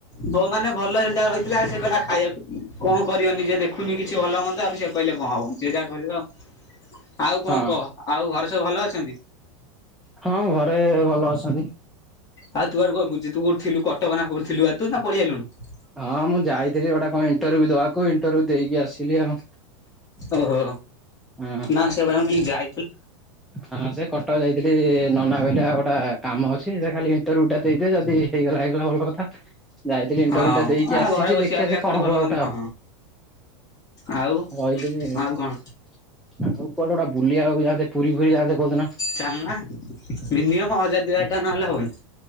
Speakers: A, on the left; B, in the centre.
A: ଯୋଉ ମାନେ ଭଲ ହେରିକା ରହିଥିଲା ସେ କହିଲା ଖାଇଆକୁ। କଣ କରିବ ନିଜେ ଦେଖୁନି କିଛି ଭଲ ମନ୍ଦ ଆଉ ସେ କହିଲେ କଣ ହବ ସେ ଯାହା କରିବ ଆଉ। ଆଉ କଣ
B: ହଁ
A: କହ ଆଉ ଘରେ ସବୁ ଭଲ ଅଛନ୍ତି?
B: ହଁ ଘରେ ଭଲ ଅଛନ୍ତି।
A: ଆଉ ତୁଆ ଗୋଟେ କୁଆଡେ ବୁଝିଥିବୁ ଥିଲୁୁ କଟକ ନା କୋଉଠି ଥିଲୁ ବା ତୁ ନା ପଳେଇ ଆଇଲୁଣୁ।
B: ହଁ ମୁଁ ଯାଇଥିଲି ଗୋଟେ କଣ ଇଣ୍ଟରଭ୍ୟୁ ଦବାକୁ ଇଣ୍ଟରଭ୍ୟୁ ଦେଇକି ଆସିଲି ଆଉ।
A: ଓହୋ
B: ହଁ।
A: ନା ସେ ବରଂ ଏଇ ଯାଏ।
B: ହଁ ସେ କଟକ ଯାଇଥିଲି ନନା କହିଲା ଆଉ ଗୋଟା କାମ ଅଛି। ଠିକ୍ ସେ ଖାଲି ଇଣ୍ଟରଭ୍ୟୁ ଟା ଦେଇଦେ ଯଦି ହେଇଗଲା ହେଇଗଲା ଭଲ କଥା। ଯାଇଥିଲି ଇଣ୍ଟରଭ୍ୟୁଟା
A: ଆ
B: ଦେଇକି ଆସିଛି
A: ଘରେ ବସିବା
B: ଦେଖିବା
A: ଅପେକ୍ଷା
B: ସେ
A: କୋଉଠି
B: କଣ ହବ
A: ଭଲ ମନ୍ଦ
B: ଗୋଟା
A: ହଁ
B: ଆଉ।
A: ଆଉ
B: ରହିଲି
A: ଆଉ କଣ?
B: ଆଉ କୁଆଡେ ଗୋଟା ବୁଲିଆକୁ ଯାଆନ୍ତେ ପୁରୀ ଫୁରୀ ଯାଆନ୍ତେ କୋଉଦିନ।
A: ଚାଲନା ମିନିମମ୍ ହଜାର ଦୁଇ ହଜାର ଟଙ୍କା ନହେଲେ ହବନି।